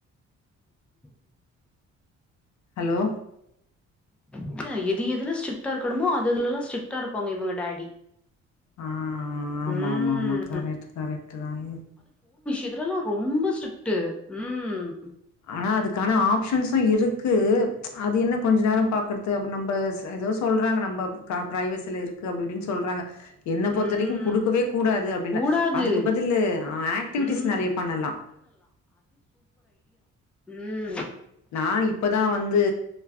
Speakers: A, in the centre; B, on the left.
A: <unintelligible>
B: ஹலோ
A: இல்ல எது எதுல ஸ்டிர்க்டா இருக்கணமோ அது அதுலல்லா ஸ்டிர்க்டா இருப்பாங்க இவங்க டாடி
B: ஆஹ் ஆமா
A: ம்
B: ஆமா ஆமா கரெக்ட் கரெக்ட் தான்
A: இதுலல்லாம் ரொம்ப ஸ்ரிக்ட்டு உம்
B: ஆனா அதுக்கான ஆப்ஷன்ஸும் இருக்கு ப்ச் அது என்ன கொஞ்ச நேரம் பாக்குறது அப்ப நம்ப ஏதோ சொல்றாங்க நம்ம க பிரைவேசில இருக்கு அப்டி இப்டின்னு சொல்றாங்க என்ன பொறுத்த
A: ம்
B: வரைக்கும் குடுக்கவே கூடாது அப்டின்ற
A: கூடாது
B: அதுக்கு பதில் ஆக்டிவிட்டிஸ்
A: ம்
B: நிறைய பண்ணலாம்
A: உம்
B: நான் இப்பதான் வந்து